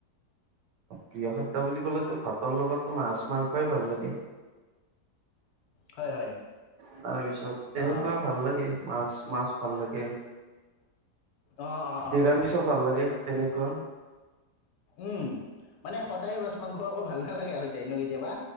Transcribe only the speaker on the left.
হয় হয়
অ
অ অ অ
অ হয়
উম মানে সদায় মাছ মাংস আকৌ ভাল নালাগে হৈ যায় ন কেতিয়াবা